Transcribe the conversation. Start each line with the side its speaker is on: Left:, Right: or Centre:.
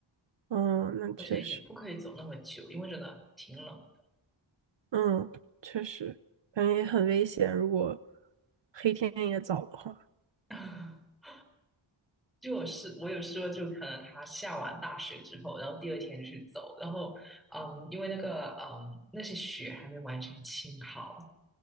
Right: 嗯，那确实，
Centre: 而且也不可以走那么久，因为真的挺冷的。
Right: 嗯，确实，感觉也很危险。如果黑天也早的话，
Centre: <laughs> 就我是我有说，就可能他下完大雪之后，然后第二天去走，然后嗯，因为那个嗯那些雪还没完全清好，